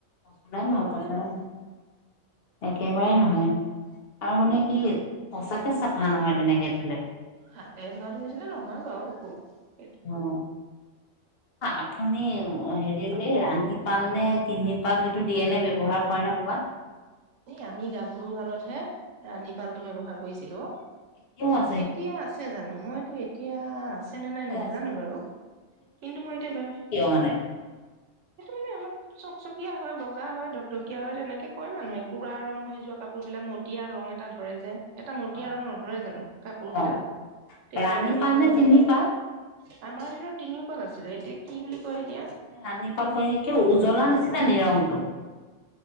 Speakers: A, on the left; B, on the right.
A: পচন্দা নহ
B: বহুতৰে
A: পচন্দ
B: নহয়
A: ন একেবাৰে নহয় আৰু মানে কি সঁচাক চাফা নহয় তেনেকে ধৰিিললেও
B: হাতে ধৰাটোৰ নিচিনা নহয় বাৰু শখো
A: অ আপ এ হেৰিলো এই ৰাণীপাল নে তিনি পাল সেইটো দিয়ে নে ব্য্ৱহাৰ কৰে নে কবাত
B: এ আমি গাভৰু গালতহে ৰাণীপালটো ব্য্ৱহাৰ কৰিছিলো অ
A: কিয়টো
B: এতিয়া আছে জানো মইতো এতিয়া আছেনেে নাই নাজানো
A: আছে
B: বাৰু কিন্তু মই এতিয়া বাৰু
A: মানে
B: সটো মানে অলপ চকচকীয়া হয় বগা হয় কঢকীয়া হয় তেনেকে কয় মানুহে কুৰা ৰং হৈ যোৱা কাপোৰ বিলাক মটীয়া ৰং এটা ধৰে যে এটা মতিীয়া
A: অ
B: ৰং নধৰে জানো কাপোৰ
A: অ
B: বিলাক তেতিয়া
A: ৰাণী
B: ৰাধীপালটো
A: পাল নে তিনি পাল
B: আমাৰ দনৰত তিনিও কাল আছিলে এতিয়া কি বুলি কয় এতিয়া
A: এ আনি পাল ক স উজ্বলা নি ন ৰংটো